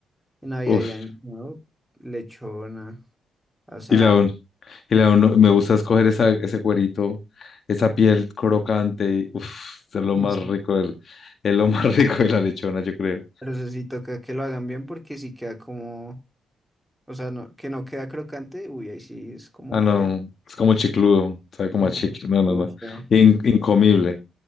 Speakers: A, in the centre; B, on the left.
A: En Navidad
B: Uf,
A: y Año Nuevo, lechona, asado.
B: y la, un- y la uno- me gusta escoger esa, ese cuerito, esa piel crocante. y, Uf, es lo
A: <laughs>
B: más
A: Sí.
B: rico del, es lo más <laughs> rico de la lechona, yo creo.
A: Pero eso sí toca que lo hagan bien porque sí queda como, o sea, no, que no queda crocante, uy, ahí sí es como
B: Ah, no,
A: feo.
B: es como chicludo, sabe como
A: Sí,
B: a
A: como
B: chicle.
A: chiquito,
B: No, no, no.
A: feo.
B: In- incomible.